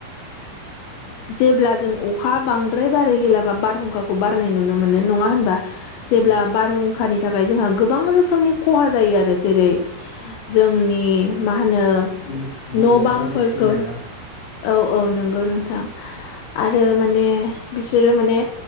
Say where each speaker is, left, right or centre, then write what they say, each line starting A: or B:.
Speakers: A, on the left; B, on the left.
A: <inaudible>
B: जेब्ला जों अखा बांद्राय बारो हेला बारहुंखाखौ बारनाय नुनो मोनो नङा होनबा जेब्ला
A: उम
B: बारहुंखानि थाखाय जोंहा गोबां रोखोमनि खहा जायो आरो जेरै जोंनि मा होनो
A: जेनेबा बर'आव
B: न' बांफोरखौ
A: बारदै सिख्ला होनो ना?
B: औ औ नंगौ नोंथां आरो माने बिसोरो माने